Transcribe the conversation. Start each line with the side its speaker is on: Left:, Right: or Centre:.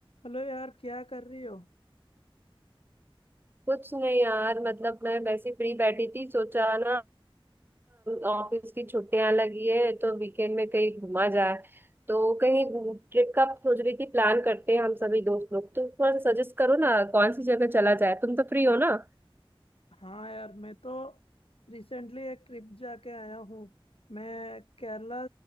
Left: Hello यार क्या कर रही हो
Right: कुछ नहीं यार मतलब मैं वैसे फ्री बैठी थी सोचा ना ऑफिस की छुट्टियां लगी है तो वीकेंड में कहीं घूमा जाए तो कहीं ट्रिप का सोच रही थी प्लान करते हैं हम सभी दोस्त लोग तो थोड़ा सा सजेस्ट करो ना कौन सी जगह चला जाए तुम तो फ्री हो ना
Left: हाँ यार मैं तो रिसेंटली एक ट्रिप जाके आया हूँ मैं केरला